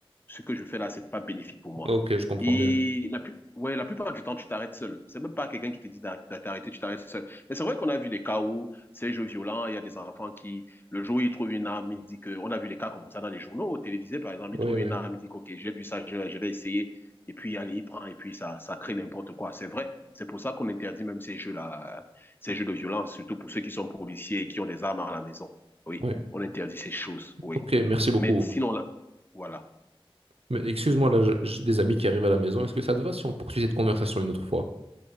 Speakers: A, on the left (about 20°); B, on the right (about 85°).
A: ce que je fais là, c'est pas bénéfique pour moi.
B: Ok, je comprends
A: Et
B: mieux.
A: la, plus, ouais, la plupart du temps, tu t'arrêtes seul. C'est même pas quelqu'un qui te dit d'arr- d'arrêter, tu t'arrêtes seul. Mais c'est vrai qu'on a vu des cas où c'est jeux violents, il y a des enfants qui, le jour où ils trouvent une arme, ils disent que, on a vu des cas comme ça dans les journaux, télévisés par exemple, ils
B: Oui,
A: trouvent
B: oui.
A: une arme, ils disent, OK, j'ai vu ça, je, je vais essayer. Et puis, allez, il prend, et puis ça, ça crée n'importe quoi. C'est vrai. C'est pour ça qu'on interdit même ces jeux-là, euh, ces jeux de violence, surtout pour ceux qui sont policiers et qui ont des armes à la maison. Oui,
B: Oui.
A: on interdit ces choses, oui.
B: Ok, merci beaucoup.
A: Mais sinon, là, voilà.
B: Mais excuse-moi, là, j'ai des amis qui arrivent à la maison. Est-ce que ça te va si on poursuit cette conversation une autre fois?